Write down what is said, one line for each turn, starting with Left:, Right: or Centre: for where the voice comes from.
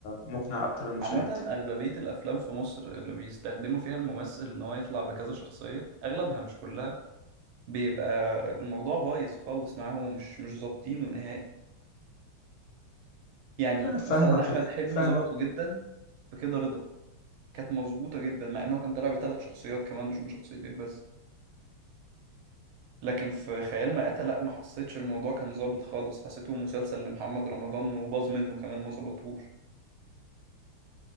Left: مقنع أكتر المشاهد
Right: عامة أغلبية الأفلام في مصر اللي بيستخدموا فيها الممثل إن هو يطلع بكذا شخصية أغلبها مش كلها بيبقى الموضوع بايظ خالص معاهم مش مش ظابطينه نهائي يعني
Left: آه، فاهمك
Right: مثلا أحمد
Left: في الح...
Right: حلمي
Left: فاهمك
Right: ظبطه جدا في كده رضا كانت مظبوطة جدا مع إنه كان طالع بثلاث شخصيات كمان مش بشخصيتين بس لكن في خيال مآتة لأ ما حسيتش الموضوع كان ظابط خالص حسيته مسلسل لمحمد رمضان وباظ منه كمان ما ظبطوش